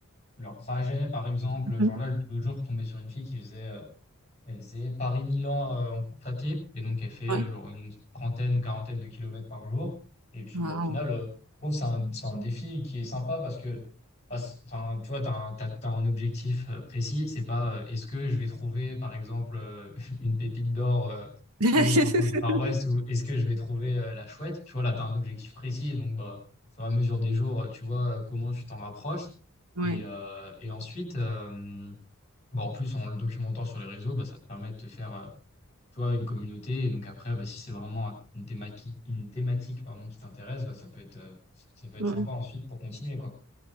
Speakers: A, on the left; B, on the right.
A: leur trajet, par exemple.
B: Mhm.
A: Genre là, l'autre jour, je suis tombé sur une fille qui faisait euh, elle faisait Paris-Milan euh, en course à pied. Et donc, elle fait
B: Ouais.
A: euh, genre une trentaine ou quarantaine de kilomètres par jour. Et puis, bon
B: Waouh.
A: au final, euh, je trouve que c'est un, c'est un défi qui est sympa parce que, bah, c'est- enfin, tu vois, tu as, un t'as- t'as un objectif euh, précis. C'est pas euh, est-ce que je vais trouver, par exemple, euh, <laughs> une pépite d'or euh,
B: <laughs>
A: au fin fond du Far West ou est-ce que je vais trouver euh, la chouette? Tu vois, là, tu as un objectif précis. Donc, bah, au fur et à mesure des jours, euh, tu vois euh, comment tu t'en rapproches.
B: Ouais.
A: Et, euh, et ensuite, euh, Bon, en plus, en le documentant sur les réseaux, bah, ça te permet de te faire, euh, tu vois, une communauté. Et donc après, bah, si c'est vraiment un- une thématique, une thématique, pardon, qui t'intéresse, bah, ça peut être, euh, ça peut être
B: Ouais.
A: sympa ensuite pour continuer, quoi.